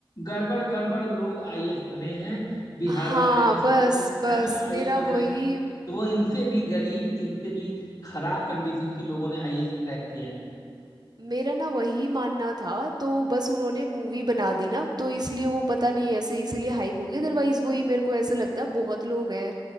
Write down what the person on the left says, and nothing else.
गड़बड़ गड़बड़ लोग आईएएस बने हैं बिहार
वगैरह की स्टूडेंट
उठाए
बिना
आईएएस वगैरह
की तो वो इनसे भी गरीब इनसे भी खराब कंडीशन के लोगों ने आईएएस क्रैक किया है